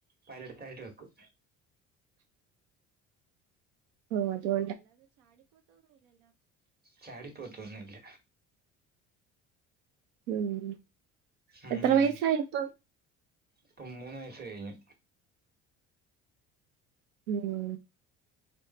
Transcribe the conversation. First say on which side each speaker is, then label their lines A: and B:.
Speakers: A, on the right; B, on the right.
A: പലടത്തായിട്ട് വെക്കും
B: ഓ അത്കൊ
A: ചാടി പോത്തൊന്നു ഇല്ല
B: ഉം
A: ഉം
B: എത്ര വയസ്സായി ഇപ്പം
A: ഇപ്പം മൂന്ന് വയസ്സ് കഴിഞ്ഞ്
B: ഉം